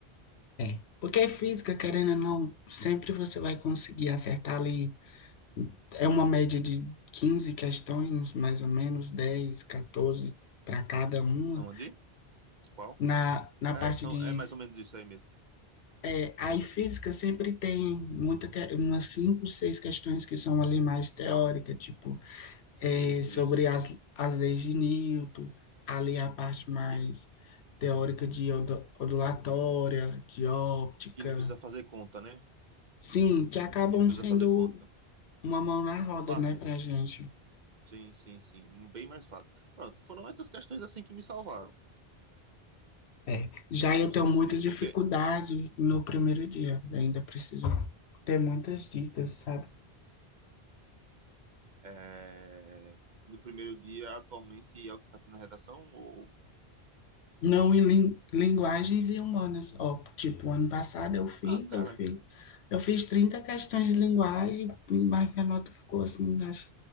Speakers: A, on the left; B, on the right.
A: É. Porque é física, querendo ou não, sempre você vai conseguir acertar ali. É uma média de 15 questões, mais ou menos, 10, 14 para cada uma.
B: Não andei? Qual?
A: Na, na parte
B: É, são,
A: de.
B: é mais ou menos isso aí mesmo.
A: É, aí física sempre tem muita, que- umas cinco, seis questões que são ali mais teórica, tipo, é,
B: Isso,
A: sobre
B: isso.
A: as, as leis de Newton, ali a parte mais
B: Que,
A: teórica de odo- ondulatória, de óptica.
B: que não precisa fazer conta, né?
A: Sim, que acabam
B: Que não precisa
A: sendo
B: fazer conta.
A: uma mão na roda,
B: Fáceis.
A: né, pra gente.
B: Sim, sim, sim. Bem mais fácil. Pronto, foram essas questões assim que me salvaram.
A: É. Já
B: Essas
A: eu
B: questões
A: tenho muita
B: desse tipo.
A: dificuldade
B: Porque
A: no primeiro dia, ainda preciso ter muitas dicas, sabe?
B: é, no primeiro dia, atualmente, é o que tá tendo na redação? Ou...
A: Não em lin- linguagens e humanas. Ó, tipo, ano passado eu fiz,
B: Ah, cara,
A: eu fiz, eu fiz 30 questões de linguagem, mas minha nota ficou assim, acho,